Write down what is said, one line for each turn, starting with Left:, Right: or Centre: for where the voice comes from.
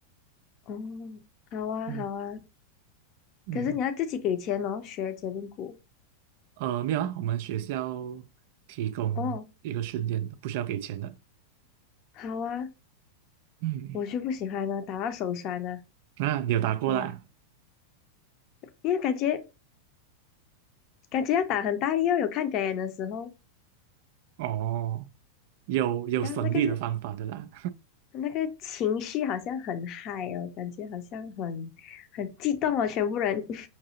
Left: 哦，好啊，
Right: 嗯
Left: 好啊，
Right: 嗯，
Left: 可是你要自己给钱哦，学结冰鼓。
Right: 呃，没有啊，我们学校提供一个训练的，
Left: 哦，
Right: 不需要给钱的。
Left: 好啊，
Right: 嗯。
Left: 我就不喜欢呢，打到手酸呢，
Right: 啊，你有打过啦？
Left: 怎么样？因为感觉感觉要打很大力哦，有看表演的时候，
Right: 哦，有有省力的方法的啦。
Left: 然后那个那个情绪好像很嗨哦，感觉好像很很激动哦，全部人。